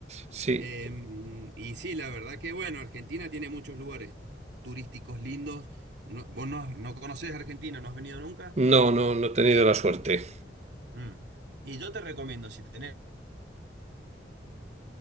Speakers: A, on the right; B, on the right.
A: sí.
B: Em, y sí, la verdad que bueno, Argentina tiene muchos lugares turísticos lindos. No- vos no, no conocés Argentina, no has venido nunca.
A: No, no, no he tenido la suerte.
B: Mm. Y yo te recomiendo, si tenés